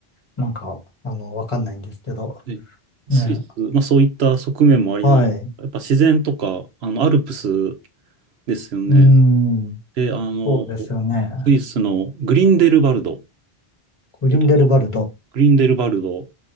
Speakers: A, on the left; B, on the right.
A: なんか、あの、わかんないんですけど、
B: はいスイス、
A: ね、
B: まあそういった側面もありな、
A: はい。う
B: やっぱ自然とか、あの、アルプスですよね。
A: ーん、
B: で、あの、
A: そうですよね。
B: スイスのグリンデルバルドっ
A: グリンデルバルド。
B: てとグリンデルバルド